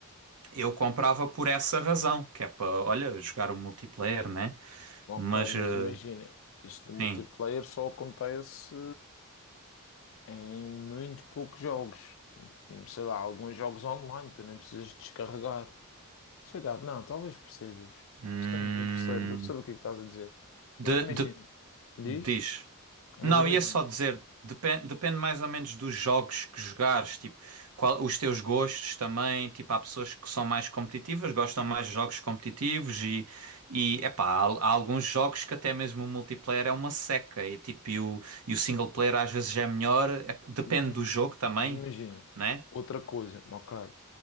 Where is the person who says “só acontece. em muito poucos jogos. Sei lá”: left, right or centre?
Left